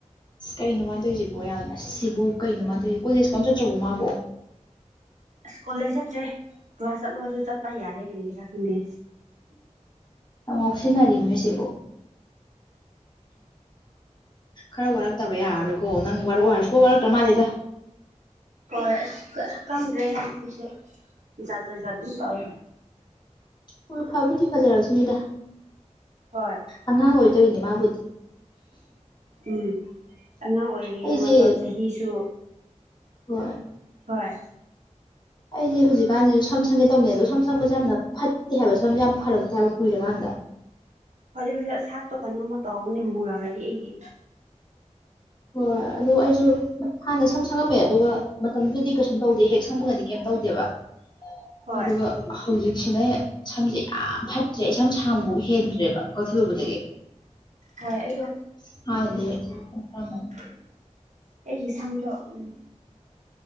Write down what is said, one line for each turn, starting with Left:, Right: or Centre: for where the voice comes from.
Left: ꯑꯁ ꯀꯩꯅꯣ ꯃꯥꯅ ꯇꯧꯔꯤꯁꯤꯕꯣ ꯌꯥꯝ ꯑꯁ ꯁꯤꯕꯨ ꯀꯩꯅꯣ ꯃꯥꯅ ꯇꯧꯔꯤꯁꯤꯕꯨ ꯀꯣꯂꯦꯖꯀ ꯑꯃ ꯆꯠꯇ꯭ꯔꯕꯣ ꯃꯥꯕꯣ
Right: ꯑꯁ ꯀꯣꯂꯦꯖ ꯆꯠꯇ꯭ꯔꯦ ꯀ꯭ꯂꯥꯁ ꯆꯠꯂꯣꯁꯨ ꯆꯠꯄ ꯌꯥꯗꯦ ꯀꯔꯤꯒꯤꯔꯥ ꯈꯪꯗꯦ
Left: ꯌꯥꯝ ꯉꯥꯎꯁꯟꯅꯔꯦꯃꯦ ꯁꯤꯕꯨ ꯈꯔ ꯋꯥꯔꯛꯇꯕ ꯌꯥꯔꯔꯣꯏꯀꯣ ꯅꯪ ꯋꯥꯔꯛ ꯑꯣ ꯍꯥꯏꯔꯒ ꯁꯨꯡꯋꯥ ꯋꯥꯔꯛꯇ꯭ꯔ ꯃꯥꯜꯂꯦꯗ
Right: ꯍꯣꯢ ꯀꯪꯗꯔꯦ ꯢꯅꯥꯎꯅꯨꯄꯤꯁꯦ ꯖꯥꯠ ꯖꯥꯠ ꯑꯗꯨꯝ ꯇꯨꯌꯦ
Left: ꯍꯣꯢ ꯐꯥꯕꯨꯗꯤ ꯐꯖꯔꯛꯆꯅꯤꯗ
Right: ꯍꯣꯏ
Left: ꯑꯉꯥꯡ ꯑꯣꯏ ꯇꯧꯔꯤꯅꯦ ꯃꯥꯕꯨꯗꯤ
Right: ꯎꯝ ꯑꯉꯥꯡ ꯑꯣꯏꯔꯤꯌꯦ
Left: ꯑꯩꯁꯦ
Right: ꯑꯗꯣ ꯆꯍꯤꯁꯨ
Left: ꯍꯣꯏ
Right: ꯍꯣꯏ
Left: ꯑꯩꯁꯦ ꯍꯧꯖꯤꯛꯀꯥꯟꯁꯤꯁꯨ ꯁꯝ ꯁꯪꯒꯦ ꯇꯧꯅꯦ ꯑꯗꯣ ꯁꯝ ꯁꯪꯕꯁꯦ ꯌꯥꯝꯅ ꯐꯠꯇꯦ ꯍꯥꯏꯕ ꯁꯝꯁꯦ ꯌꯥꯝꯅ ꯐꯔꯛꯇꯦ ꯍꯥꯏꯕ ꯀꯨꯏꯔꯀꯥꯟꯗ
Right: ꯍꯣꯏꯗ ꯍꯧꯖꯤꯛ ꯁꯥꯛꯇꯣ ꯀꯩꯅꯣꯝꯃ ꯇꯧꯕꯅꯦ ꯃꯨꯔꯛꯑꯗꯤ ꯑꯩꯗꯤ
Left: ꯍꯣꯏ ꯑꯗꯣ ꯑꯩꯁꯨ ꯍꯥꯟꯅ ꯁꯝ ꯁꯪꯉꯝꯃꯦ ꯑꯗꯨꯒ ꯃꯇꯝꯗꯨꯗꯤ ꯀꯩꯁꯨꯝ ꯇꯧꯗꯦ ꯍꯦꯛ ꯁꯪꯕꯒꯗꯤ ꯀꯩꯝ ꯇꯧꯗꯦꯕ <unintelligible>
Right: ꯍꯣꯏ
Left: ꯑꯗꯨꯒ ꯍꯧꯖꯤꯛꯁꯤꯅ ꯁꯝꯁꯦ ꯌꯥꯝ ꯐꯠꯇ꯭ꯔꯦ ꯁꯝ ꯁꯥꯡꯕꯐꯥꯎ ꯍꯦꯟꯗ꯭ꯔꯦꯕ ꯀꯛꯊꯠꯂꯨꯕꯗꯒꯤ <inaudible>
Right: ꯍꯣꯏ ꯑꯩꯗꯣ
Left: <unintelligible> ꯍꯥꯟꯅꯗꯤ ꯈꯔ
Right: <unintelligible> ꯑꯩꯒꯤ ꯁꯝꯗꯣ ꯎꯝ